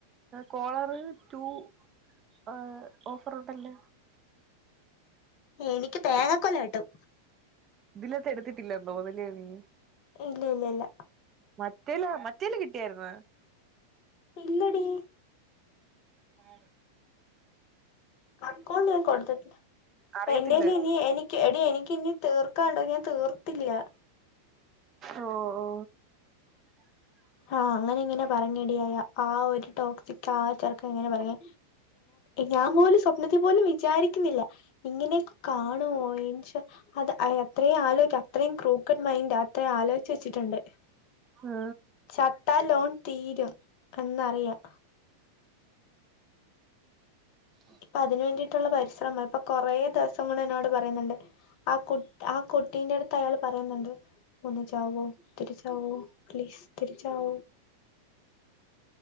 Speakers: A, on the right; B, on the left.
A: കോളറ് റ്റു ആ ഓഫറുണ്ടല്ല
B: എനിക്ക് തേങ്ങ കൊല കിട്ടും
A: ഇതിലത്തെ എടുത്തിട്ടില്ലന്നോ വലിയ നീ
B: ഇല്ല ഇല്ല ഇല്ല
A: മറ്റേല്ല മറ്റേല്ല കിട്ടിയായിരുന്ന
B: ഇല്ലടി
A: ആ
B: അകൗണ്ട് ഞാൻ കൊടുത്തിട്ടില്ല
A: അറിയത്തില്ല
B: എന്റേല് ഇനി എടി എനിക്ക് ഇനി തീർക്കാണ്ടോ ഞാൻ തീർത്തില്ല
A: ഓ ഓ <unintelligible>
B: ആ അങ്ങനെ ഇങ്ങനെ പറഞ്ഞടി ആ ഒരു ടോക്സിക് ആ ചെർക്കൻ ഇങ്ങനെ പറയ ഞാൻ പോലും സ്വപ്നത്തി പോലും വിചാരിക്കുന്നില്ല ഇങ്ങനെയൊക്കെ കാണുമോ അത് അയാ അത്രയും ആലോയ്ക അത്രയും ക്രൂക്കഡ് മൈൻഡ അത്രേ ആലോയ്ച്ച് വെച്ചിട്ടുണ്ട്
A: ആ
B: ചത്താൽ ലോൺ തീരും എന്നറിയാം
A: ആ
B: ഇപ്പൊ അതിന് വേണ്ടിയിട്ടുള്ള പരിശ്രമ ഇപ്പൊ കൊറേ ദിവസം കൊണ്ട് എന്നോട് പറയുന്നുണ്ട് ആ കുട്ട ആ കുട്ടീന്റെ അടുത്ത് അയാൾ പറയുന്നുണ്ട് ഒന്ന് ചാവോ തിരിച്ചാവോ പ്ലീസ് തിരിച്ചാവോ